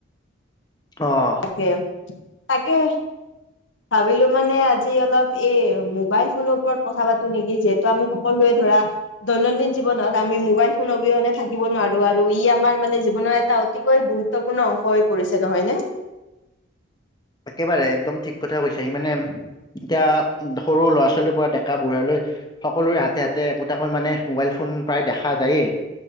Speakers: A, on the left; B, on the left.
A: অ'।
B: তাকে তাকৈ। ভাবিলো মানে আজি অলপ এই মোবাইল ফোনৰ ওপৰত কথা পাতো নেকি যে তো আমি সকলোৱে ধৰা দৈনন্দিন জীৱনত আমি মোবাইল ফোন অবিহনে থাকিব নোৱাৰো আৰু ই আমাৰ মানে জীৱনৰ এটা অতিকৈ গুৰুত্ব- গুৰুত্বপূৰ্ণ অংশ হৈ পৰিছে নহয় নে?
A: একেবাৰে একদম ঠিক কথা কৈছা সি মানে এতিয়া সৰু ল'ৰা ছোৱালীৰ পৰা ডেকা বুঢ়া লৈ সকলোৰে হাতে হাতে একোটাকৈ মানে মোবাইল ফোন প্ৰায় দেখা যায়েই।